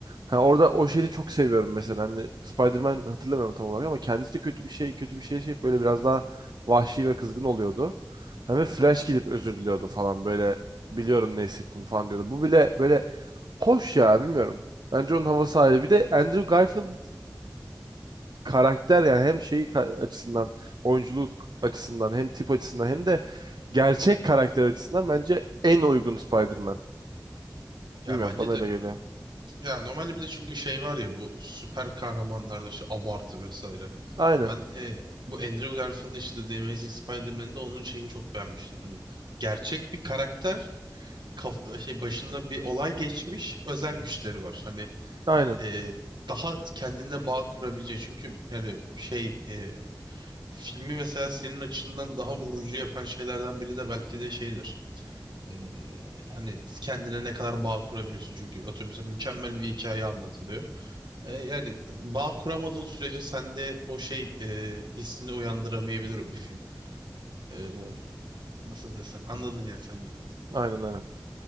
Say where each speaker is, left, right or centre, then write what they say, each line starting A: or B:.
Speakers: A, on the right; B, on the right.
A: Ha, orada o şeyi de çok seviyorum mesela. Hani Spider-Man hatırlamıyorum tam olarak ama kendisi de kötü bir şey, kötü bir şey şey böyle biraz daha vahşi ve kızgın oluyordu. Hani Flash gidip özür diliyordu falan böyle biliyorum ne hissettin falan diyordu. Bu bile böyle Hoş ya bilmiyorum. Bence onun havası ayrı. Bir de Andrew Garfield karakter yani hem şeyi ka- açısından, oyunculuk açısından, hem tip açısından hem de gerçek karakter açısından bence en uygun Spider-Man.
B: Ya
A: Bilmiyorum
B: bence
A: bana öyle
B: de.
A: geliyor.
B: Ya normalde bir de çünkü şey var ya bu süper kahramanlarda işte abartı vesaire.
A: Aynen.
B: Ben e, bu Andrew Garfield'ı işte The Amazing Spider-Man'de onun şeyini çok beğenmiştim. Hani gerçek bir karakter kaf- şey başında bir olay geçmiş özel güçleri var. Hani
A: Aynen.
B: e, daha kendine bağ kurabileceğin çünkü yani şey e, filmi mesela senin açından daha vurucu yapan şeylerden biri de belki de şeydir. E, hani kendine ne kadar bağ kurabiliyorsun çünkü atıyorum mesela mükemmel bir hikaye anlatılıyor. E, yani bağ kuramadığın sürece sende o şey e, hissini uyandıramayabilir o bir film. E,
A: Hı.
B: nasıl desem anladın yani sen beni.
A: Aynen aynen.